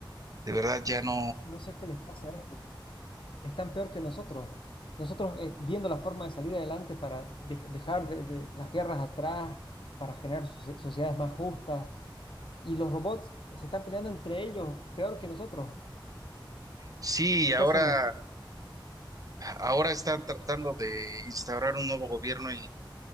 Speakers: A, on the right; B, on the left.
A: de verdad ya no.
B: no sé qué les pasa a esto. Están peor que nosotros. Nosotros eh, viendo la forma de salir adelante para de- dejar de, de las guerras atrás, para generar socie- sociedades más justas. Y los robots se están peleando entre ellos, peor que nosotros.
A: Sí, ahora,
B: ¿Qué hacemos?
A: ahora están tratando de instaurar un nuevo gobierno y